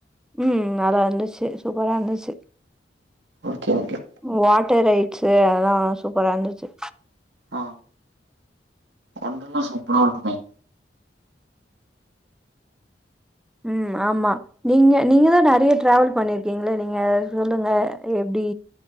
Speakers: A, in the centre; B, on the right (about 85°).
A: ம் நல்லா இருந்துச்சி சூப்பரா இருந்துச்சி
B: ஓகே ஓகே
A: வாட்டர் ரைட்ஸ் அதெல்லா சூப்பரா இருந்துச்சி
B: ஆ ஒண்டர்லா சூப்பரா இருக்குமே
A: ம் ஆமா நீங்க நீங்கதா நெறையா டிராவல் பண்ணிருக்கீங்களே நீங்க சொல்லுங்க எப் டி